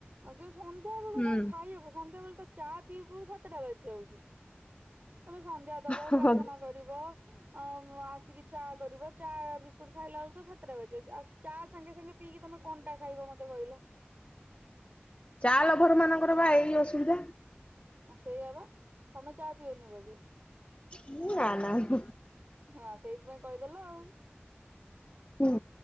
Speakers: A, on the right; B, on the left.
A: ଆଜ୍ଞା ସନ୍ଧ୍ୟା ବେଳୁ
B: ହୁଁ।
A: କଁ ଖାଇ ହବ ସନ୍ଧ୍ୟା ବେଳୁ ତ ଚା ପିଉ ପିଉ ସାତଟା ବାଜି ଯାଉଚି। ତମେ ସନ୍ଧ୍ୟା ଦବ
B: ହଁ
A: ପ୍ରାର୍ଥନା
B: ହଁ
A: କରିବ ଅମ ଆସିକି ଚା କରିବ ଚା ବି କୁଟ୍ ଖାଇଲା ବେଳୁ ତ ସାତଟା ବାଜିଯାଉଚି ଆ ଚା ସାଙ୍ଗେ ସାଙ୍ଗେ ପିଇକି ତମେ କଣ ଟା ଖାଇବ ମତେ କହିଲ?
B: ଚା ଲଭର୍ ମାନଙ୍କର ବା ଏଇ ଅସୁବିଧା।
A: ଆଁ ସେୟା ବା ତମେ ଚା ପିଅନି ବୋଧେ?
B: ମୁଁ ନା ନା ହୁଁ।
A: ହଁ ସେଇଥିପାଇଁ କହିଦେଲ ଆଉ।
B: ଉଁ